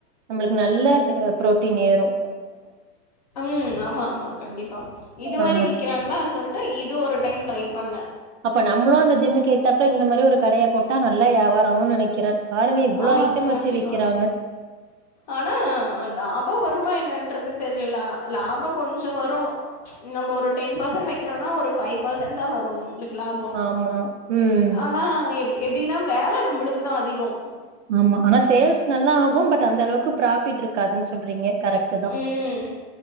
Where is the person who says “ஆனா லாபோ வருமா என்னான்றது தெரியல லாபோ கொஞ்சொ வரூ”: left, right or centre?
Left